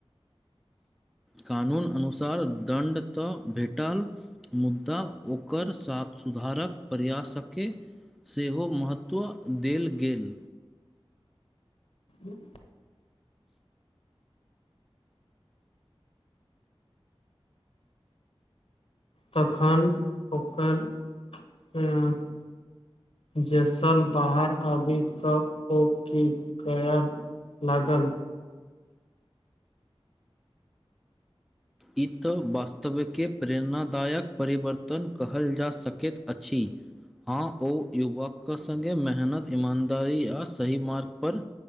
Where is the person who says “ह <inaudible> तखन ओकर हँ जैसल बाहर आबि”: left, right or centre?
Left